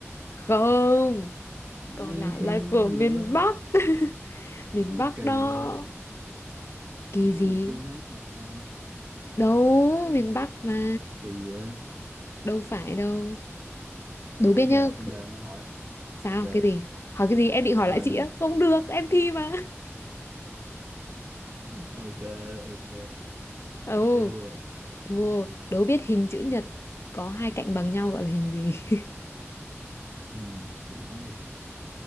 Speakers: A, on the left (about 60°); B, on the right (about 55°).
A: không
B: Ừm,
A: cò lả
B: <laughs>
A: là của
B: gì
A: miền
B: nữa
A: Bắc <laughs> miền
B: cái gì
A: Bắc
B: kỳ
A: đó
B: vậy
A: kỳ
B: thấy
A: gì
B: người Trung hát mà ta
A: đâu
B: chứ
A: miền Bắc mà
B: kỳ vậy
A: đâu phải đâu đố
B: thế
A: biết
B: giờ
A: nhá
B: bây giờ nha hỏi
A: sao
B: ok
A: cái gì hỏi cái gì em định hỏi
B: anh
A: lại chị á không được
B: chị-
A: em thi mà <laughs>
B: ok ok
A: ừ
B: thua
A: thua đố biết hình chữ nhật có hai cạnh bằng nhau gọi là hình gì <laughs>
B: hình chữ nhật